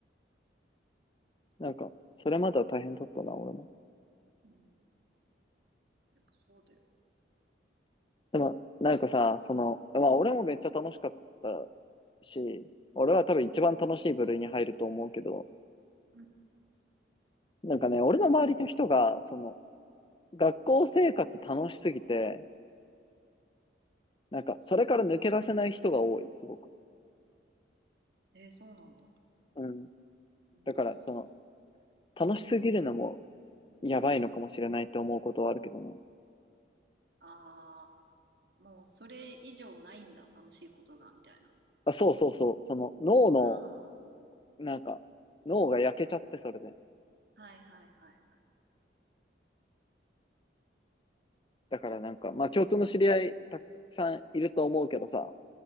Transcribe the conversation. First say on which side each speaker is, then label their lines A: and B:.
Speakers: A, on the left; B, on the right.
A: なんか、それまでは大変だったな、俺も。
B: いうんやっぱそうだよね
A: でも、なんかさ、その、まあ俺もめっちゃ楽しかった
B: うん
A: し、俺は多分一番楽しい部類に入ると思うけど、
B: うんうん
A: なんかね、俺の周りの人が、その、学校生活楽しすぎて、なんか、それから抜け出せない人が多い、すごく。
B: えーそうなんだ
A: うん。
B: うんどういうこと
A: だから、その、楽しすぎるのもやばいのかもしれないって思うことはあるけどね。
B: ああ、もうそれ以上ないんだ、楽しいことが、みたいな。
A: あ、そうそうそう、その、脳の、
B: あ
A: なんか、脳が焼けちゃって、それで。
B: あ、はいはいはいはい。
A: だからなんか、まあ共通の知り合いたくさんいると思うけどさ、